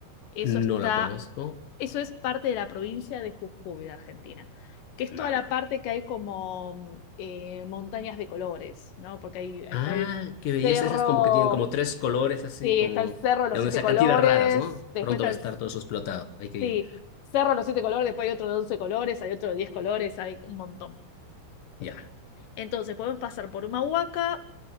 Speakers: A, on the left (about 85°); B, on the left (about 70°).
A: Eso
B: no
A: está,
B: la conozco,
A: eso es parte de la provincia de Jujuy, de Argentina, que es
B: bárbaro.
A: toda la parte que hay como mm, eh, montañas de colores, ¿no? Porque ahí, ahí
B: Ah,
A: está el
B: qué belleza,
A: cerro,
B: esas como que tienen como tres colores así,
A: sí,
B: como
A: está el cerro de los
B: de donde
A: siete
B: sacan
A: colores,
B: tiras raras, ¿no?
A: después
B: Pronto
A: está
B: va
A: el,
B: a estar todo eso explotado, hay que ir.
A: sí, cerro de los siete colores, después hay otro de once colores, hay otro de diez colores, hay un montón.
B: Ya,
A: Entonces podemos pasar por una huaca